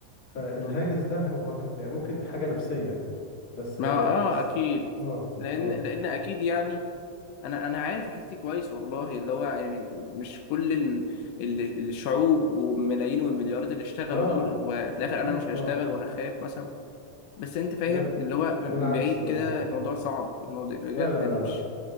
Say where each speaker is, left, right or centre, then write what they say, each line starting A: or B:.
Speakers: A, on the left; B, on the left.
A: فالهاجس
B: مم.
A: ده هو يعني ممكن حاجة نفسية بس
B: ما هو آه
A: بس
B: أكيد
A: اه
B: لأن
A: اه
B: لأن أكيد يعني انا انا عارف الحته دي كويس والله اللي هو يعني مش كل الم... ال- الشعوب والملايين والمليارات اللي اشتغلوا
A: اه
B: دول وفي الاخر
A: اكيد
B: انا مش
A: اه
B: هشتغل وهخاف مثلا بس انت فاهم
A: لا ب-
B: اللي هو من
A: بالعكس
B: من بعيد
A: والله
B: كده الموضوع صعب الموضوع بجد
A: لا لا
B: انا
A: لا
B: مش
A: لا